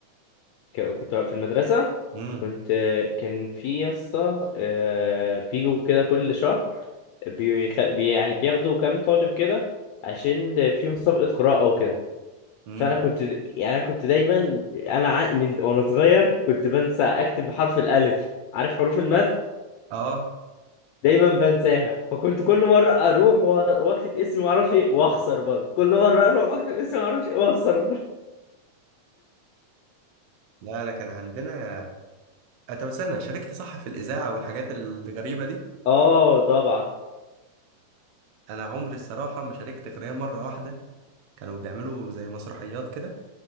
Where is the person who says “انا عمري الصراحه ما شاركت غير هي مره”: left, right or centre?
Right